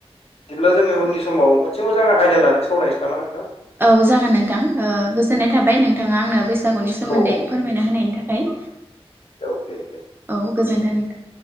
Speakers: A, on the left; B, on the right.
A: बिदिब्ला जोङो उननि समाव मोनसे मोजां आइडा लाना सावरायनोसै नामा नोंथां
B: औ जागोन नोंथां गोजोननाय थाबाय नोंथाङा आंनो बैसागुनि सोमोन्दै
A: औ
B: फोरमायना होनायनि थाखाय
A: औ दे दे
B: औ गोजोनथों नोंथां